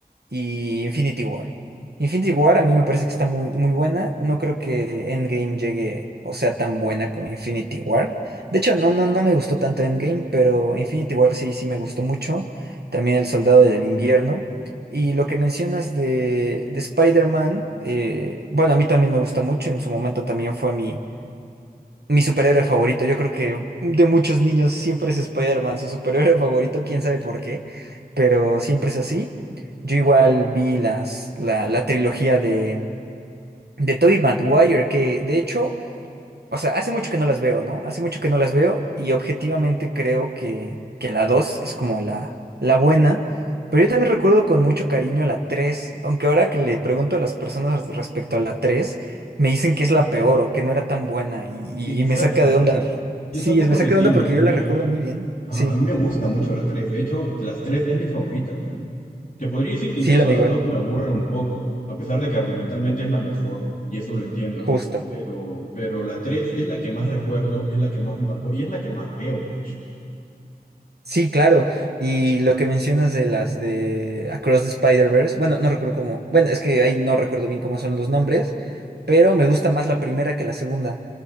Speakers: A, on the right; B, on the left.
A: y Infinity War. Infinity War a mí me parece que está muy, muy buena. No creo que Endgame llegue o sea tan buena como Infinity War. De hecho, no, no, no me gustó tanto Endgame, pero Infinity War sí, sí me gustó mucho. También El Soldado del Invierno. Y lo que mencionas de, de Spider-Man, eh, bueno, a mí también me gusta mucho. En su momento también fue mi mi superhéroe favorito, yo creo que de muchos niños siempre es Spider-Man, su superhéroe favorito, quién sabe por qué, pero siempre es así. Yo igual vi las, la, la trilogía de, de Tobey Maguire, que de hecho o sea, hace mucho que no las veo, ¿no? Hace mucho que no las veo y objetivamente creo que, que la 2 es como la, la buena, pero yo también recuerdo con mucho cariño la 3, aunque ahora que le pregunto a las personas respecto a la 3, me dicen que es la peor o que no era tan buena y,
B: Exacto.
A: y me saca de onda.
B: Yo
A: Sí,
B: tampoco
A: es- me
B: lo
A: saca
B: entiendo.
A: de onda porque
B: A
A: yo
B: mí,
A: la recuerdo muy bien.
B: ajá,
A: Sí,
B: a mí me gusta mucho la 3. De hecho, de las 3 es mi favorita. Te podría decir que
A: sí,
B: incluso
A: la veo
B: la
A: igual,
B: 2 me aburre un poco, a pesar de que argumentalmente es la mejor, y eso lo entiendo.
A: justo.
B: Pero, pero la 3 es la que más recuerdo, es la que más me marcó y es la que más veo, de hecho.
A: Sí, claro. Y lo que mencionas de las de Across the Spider-Verse, bueno, no recuerdo cómo, bueno, es que ahí no recuerdo bien cómo son los nombres, pero me gusta más la primera que la segunda.